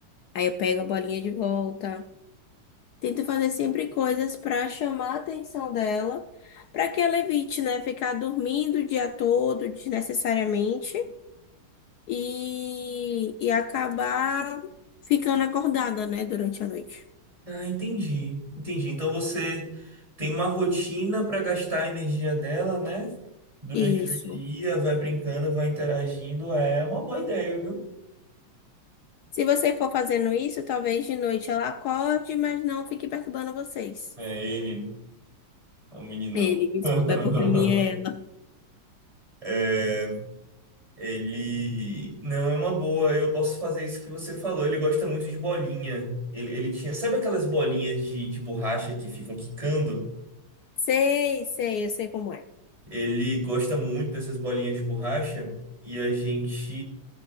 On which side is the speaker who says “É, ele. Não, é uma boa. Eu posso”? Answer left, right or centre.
Right